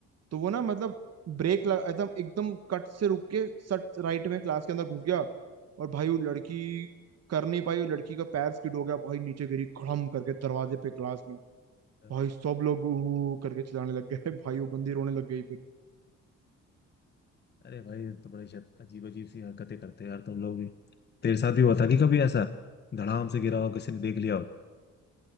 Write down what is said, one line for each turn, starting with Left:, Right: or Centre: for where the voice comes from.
Right: तो वो ना मतलब ब्रेक लगा एकदम एकदम कट से रुक के सट राइट में क्लास के अंदर घुस गया और भाई वो लड़की कर नहीं पाई वो लड़की का पैर स्किड हो गया भाई नीचे गिरी खड़म करके दरवाजे पे क्लास में
Left: हाँ।
Right: भाई सब लोग ऊ करके चिल्लाने लग गए <laughs> भाई वो बंदी रोने लग गई फिर
Left: अरे भाई ये तो बड़ी शायद अजीब अजीब सी हरकतें करते हैं यार तुम लोग भी। तेरे साथ भी हुआ था कि कभी ऐसा धड़ाम से गिरा हो किसी ने देख लिया हो